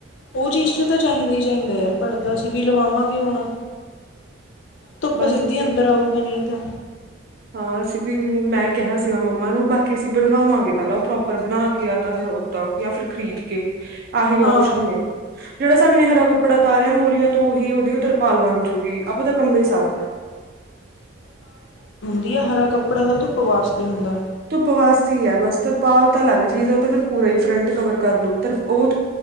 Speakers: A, on the left; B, on the right.
A: ਓਹ ਚੀਜ਼
B: ਹਾਂ
A: ਚ ਤਾਂ ਚਾਹੀਦੈ ਚਾਹੀਂਦੈ ਯਾਰ ਪੜ੍ਹਦਾ ਅਸੀਂ ਵੀ ਲਵਾਵਾਂਗੇ ਹੁਣ। ਧੁੱਪ
B: ਬਸ
A: ਸਿੱਧੀ
B: ਅਸੀਂ
A: ਅੰਦਰ ਆਊਗੀ ਨਹੀਂ ਤਾ।
B: ਹਾਂ ਅਸੀਂ ਵੀ ਮੈਂ ਕਿਹਾ ਸੀਗਾ ਮੰਮਾ ਨੂੰ ਬਾਕੀ ਅਸੀਂ ਬਣਵਾਵਾਂਗੇ ਪੈਲਾਂ ਓਹ ਪ੍ਰੋਪਰ ਬਣਾ ਕੇ ਯਾ ਤਾਂ ਫੇਰ ਓਦਾਂ ਯਾ ਫਿਰ ਖਰੀਦ ਕੇ। ਆਹੀ ਵੋਕਸ਼ਨ
A: ਹਾਂ
B: ਨੇ, ਜੇੜਾ ਸਾਨੇ ਹਰਾ ਕੱਪੜਾ ਤਾਰੇਆ ਮੋਰੀਆਂ ਤੋਂ ਓਹੀ ਔਦੀਔ ਤਰ ਭਾਲ ਬਣ ਜੂਗੀ ਆਪਾਂ ਤਾਂ ਕੰਮੇ ਸਾਰਣੈ।
A: ਵਧੀਆ ਹਰਾ ਕੱਪੜਾ ਤਾਂ ਧੁੱਪ ਵਾਸਤੇ ਹੁੰਦਾ।
B: ਧੁੱਪ ਵਾਸਤੀ ਹੈ ਬਸ। ਤਰਪਾਲ ਤਾਂ ਲੱਗ ਚੀਜ਼ ਹੈ ਓਹ ਤਾਂ ਫੈਰ ਪੂਰਾ ਹੀ ਫਰੰਟ ਕਵਰ ਕਰ ਲੂ, ਓਹ